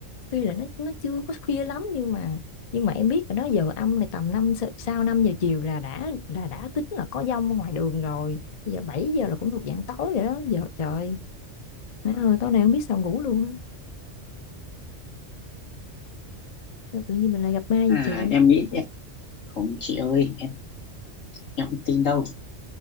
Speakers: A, on the left (about 40°); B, on the left (about 90°).
A: tuy là nó nó chưa có khuya lắm nhưng mà nhưng mà em biết là đó giờ âm này tầm năm sa- sau 5 giờ chiều là đã là đã tính là có dông ở ngoài đường rồi. Bây giờ 7 giờ là cũng thuộc dạng tối rồi đó. Giờ trời Nói, ờ, tối nay không biết sao ngủ luôn á. Sao tự nhiên mình lại gặp ma vậy
B: à
A: trời?
B: em nghĩ em- không chị ơi em em không tin đâu